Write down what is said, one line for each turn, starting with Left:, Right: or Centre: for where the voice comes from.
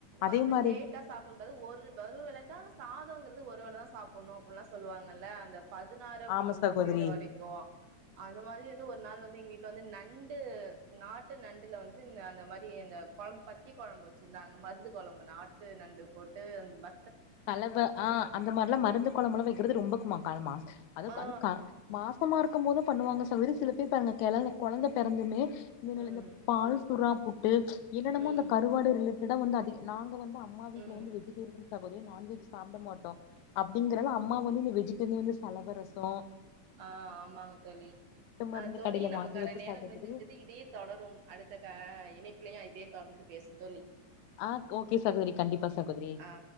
Left: அதே
Right: அன் தென்
Left: மாரி
Right: லேட்டா சாப்டக் கூடாது ஒரு வேளதா சாதொங்குறது ஒரு வேளதா சாப்புட்ணு அப்புலா சொல்லுவாங்கல்ல அந்த பதினாறு அப்டிங்கறது
Left: ஆமா சகோதரி
Right: முடியிற வரைக்கு அந்த மாரி வந்து ஒரு நாள் வந்து எங்க வீட்ல வந்து நண் டு நாட்டு நண்டுல வந்து ன் அந்த மாரி இந்த கொழம்பு பத்திய கொழம்பு வெச்சிருந்தாங்க மருந்து கொழம்பு நாட்டு நண்டு போட்டு வ
Left: கலவ ஆ அந்த மார்லா மருந்து கொழம்புலா வெக்கிறது ரொம்ப ம காலமா அது
Right: ஆ
Left: அது க மா சமாருக்கும் போது பண்ணுவாங்க சகோதரி சில பேர் பாருங்க கெல கொழந்த பெறந்துமே இதுல
Right: ம்
Left: இந்த பால் சுறா பு ட்டு என்னனமோ
Right: ம்
Left: இந்த கருவாடு ரிலே ரிடம் வந்து அதிக நாங்க வந்து அம்மா வீட்ல
Right: ம்
Left: வந்து வெஜிடேரியந்தா நான்வெஜ் சாப்ட மாட்டோம் அப்டிங்றல அம்மா வந்து இந்த வெஜிடனேனு சலவரசொம்
Right: ஆ ஆமாங்க தோழி
Left: மருந்து
Right: ஆ தோழி
Left: கடையில
Right: நமக்கான
Left: வாங்கி வச்சு
Right: நேரம்
Left: சகோதரி
Right: முடிந்து விட்டுது இதே தொடரும் அடுத்த இணை இதே தொடர்ந்து பேசு தோழி
Left: ஆஹ் ஓகே சகோதரி கண்டிப்பா சகோதரி
Right: ஆ